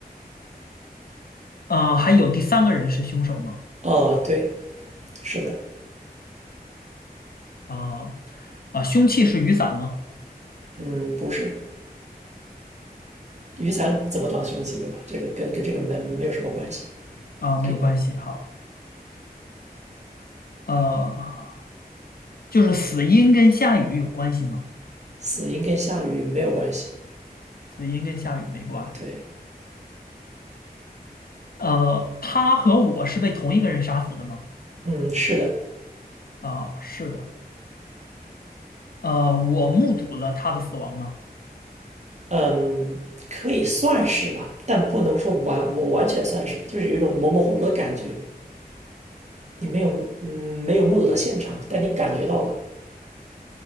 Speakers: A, on the left; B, on the right.
A: 呃，还有第三个人是凶手吗？
B: 哦，对，是的，
A: 啊、啊、凶器是雨伞吗？
B: 嗯，不是，雨伞怎么当凶器，对吧？这个跟跟这个门没有什么关系，
A: 啊、没有关系。
B: 给，
A: 好，呃，就是死因跟下雨有关系吗？
B: 死因跟下雨没有关系。
A: 死因跟下雨没关。
B: 对，
A: 呃，他和我是被同一个人杀死的吗？
B: 嗯，是的，
A: 啊、是的。呃，我目睹了他的死亡吗？
B: 嗯，可以算是吧，但不能说完，我完全算是，就是有一种模模糊糊的感觉，你没有，嗯，没有目睹到现场，但你感觉到了，